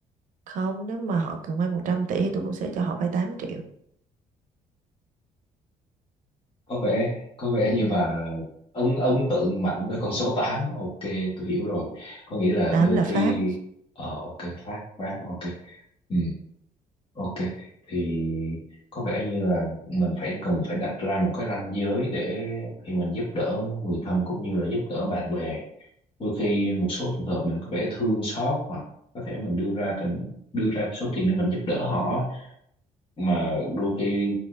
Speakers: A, on the right (about 65°); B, on the left (about 35°).
A: không nếu mà họ cần vay 100 tỷ thì tôi cũng sẽ cho họ vay tám triệu
B: có vẻ có vẻ như bà ấn ấn tượng mạnh với con số tám ok tôi hiểu rồi có nghĩa là
A: tám
B: đôi
A: là phát
B: khi ờ ok phát phát ok ừ ok thì có vẻ như là mình phải cần phải đặt ra một cái ranh giới để khi mình giúp đỡ người thân cũng như là giúp đỡ bạn bè đôi khi một số trường hợp mình có vẻ thương xót hoặc có thể mình đưa ra tình đưa ra số tiền để mình giúp đỡ họ mà đôi khi